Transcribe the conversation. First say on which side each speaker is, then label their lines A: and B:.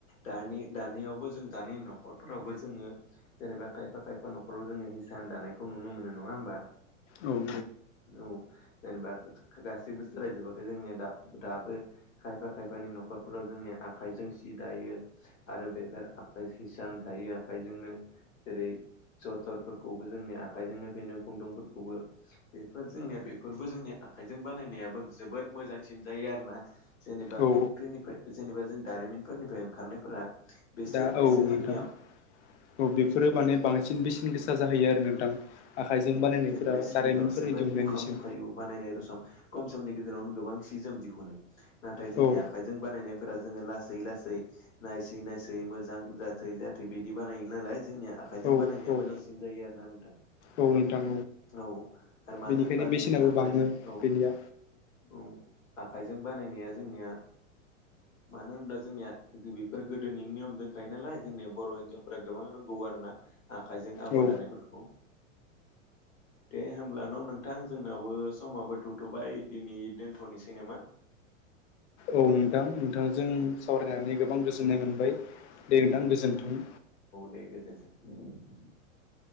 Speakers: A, on the left (about 80°); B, on the left (about 60°).
A: दानि दानियाव जों दानि न'खरावबो जोङो जेनेबा खायफा खायफा न'खराव जोङो हिसान दानायखौ नुनो मोनो नङा होमबा
B: औ औ
A: औ जेनेबा गासैबो सोलायजोबाखै जोंनिया दाबो खायफा खायफानि न'खरफोराव जोंनि आखाइजों सि दायो आरो बेफोर आखाइ हिसान थायो आखाइजोंनो जेरै जथरफोरखौबो जोंनि आखायजोंनो फेनो खुनदुंफोरखौबो बेफोर जोंनिया बेफोरबो जोंनि आखाइजों बानायनायाबो जोबोद मोजांसिन जायो आरोना जेनेबा
B: औ
A: फेक्टरनिफ्राय जेनेबा जों दारिमिनफोरनिफ्राय ओंखारनायफोरा बिसोर
B: दा औ
A: एसे
B: नोंथां
A: जोंनिया
B: औ बेफोरो माने बांसिन बेसेन गोसा जाहैयो आरो नोंथां आखाइजों बानायनायफोरा
A: जेनेबा स्पिडाव
B: दारिमिनफोरनि
A: जोबोद
B: दिहुननायनिसिम
A: उखाम मुखायै <unintelligible> बानायनाय रसम खम समनि गेजेरावनो गोबां सि जोम दिहुनो नाथाय जोंनि
B: औ
A: आखाइजों बानायनाय फोरा जोङो लासै लासै नायसै नायसै मोजां जाथै जाथै बिदि बानायोन नालाय जोंनिया आखाइजों
B: औ
A: बानायनाया
B: औ
A: मोजांसिन जायो आरोना नोंथां
B: औ नोंथां
A: औ आरो मानो
B: बेनिखायनो
A: होनबा जोंनिया
B: बेसेनाबो
A: आखाइजों
B: बाङो
A: औ
B: बेनिया
A: औ आखाइजों बानायनाया जोंनिया मानो होनब्ला जोंनिया बेफोर गोदोनि नियम दंखायो नालाय जोंनिया बर' हिनजावफोरा गोबां रोंगौ आरो ना आखायजों आगर
B: औ
A: दानायफोरखौ दे होमब्ला न' नोंथां जोंनावबो समाबो थ'थ'बाय दिनै दोनथ'नोसै नामा <inaudible>
B: औ नोंथां नोंथांजों
A: औ
B: सावरायनानै गोबां गोजोननाय मोनबाय दे
A: औ
B: नोंथां गोजोनथों
A: दे गोजोन्थों औ